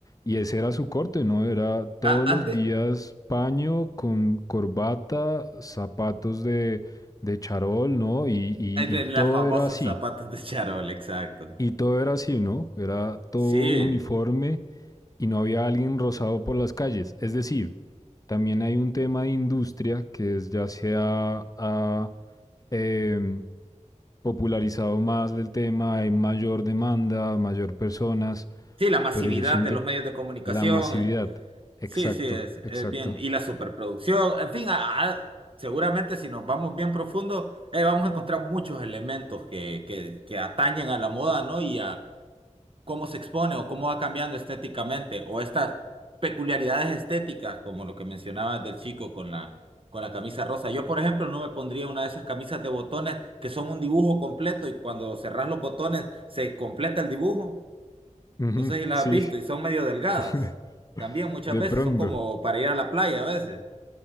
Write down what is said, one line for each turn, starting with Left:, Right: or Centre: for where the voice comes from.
Left: y ese era su corte, ¿no? Era todos
Right: Ah, antes,
Left: los días paño con corbata, zapatos de, de charol, ¿no? Y, y,
Right: el de
Left: y
Right: los
Left: todo
Right: famosos
Left: era así.
Right: zapatos de charol, exacto.
Left: Y todo era así, ¿no? Era todo
Right: Sí,
Left: uniforme y no había alguien rozado por las calles. Es decir, también hay un tema de industria que es, ya se ha, ha, eh, popularizado más del tema, hay mayor demanda, mayor personas,
Right: sí, la masividad
Left: pero yo siento
Right: de los medios de comunicación,
Left: la masividad.
Right: eh,
Left: Exacto,
Right: sí, sí, es,
Left: exacto.
Right: es bien, y la superproducción, en fin, a- a- seguramente si nos vamos bien profundo, eh, vamos a encontrar muchos elementos que, que, que atañen a la moda, ¿no? Y a cómo se expone o cómo va cambiando estéticamente, o estas peculiaridades estéticas, como lo que mencionabas del chico con la, con la camisa rosa. Yo, por ejemplo, no me pondría una de esas camisas de botones que son un dibujo completo y cuando cerrás los botones se completa el dibujo.
Left: Ujú,
Right: No sé si las
Left: sí,
Right: has visto y son medio delgadas.
Left: <laughs>
Right: También muchas
Left: de
Right: veces
Left: pronto.
Right: son como para ir a la playa a veces.